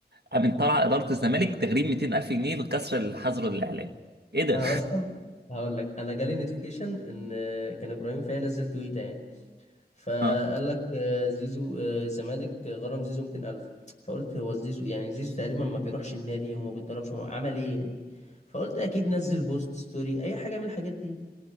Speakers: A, on the right (about 75°); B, on the left (about 45°).
A: قامت طلع اداره الزمالك تغريم 200000 جنيه لكسر الحظر الاعلامي ايه ده
B: انا اصلا هقول لك انا جالي نوتيفيكيشن ان كان ابراهيم فايق نزل تويته يعني
A: <laughs>
B: فقال
A: اه
B: لك آه، زيزو آه، الزمالك غرم زيزو 200000 فقلت هو زيزو يعني زيزو تقريبا ما بيروحش النادي وما بيتدربش هو عمل ايه يعني فقلت اكيد نزل بوست ستوري اي حاجه من الحاجات دي